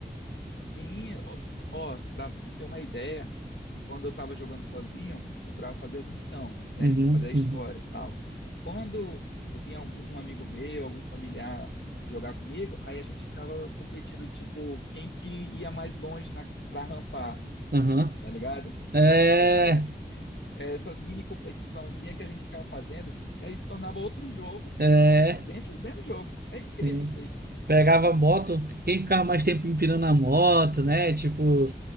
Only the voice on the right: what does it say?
Uhum,
uhum,
aham.
É.
É.
sim.
Pegava a moto, quem ficava mais tempo empinando a moto, né? Tipo,